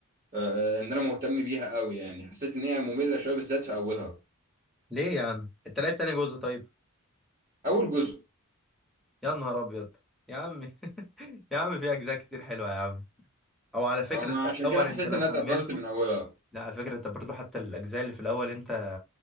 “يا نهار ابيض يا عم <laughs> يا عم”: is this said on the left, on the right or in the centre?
Centre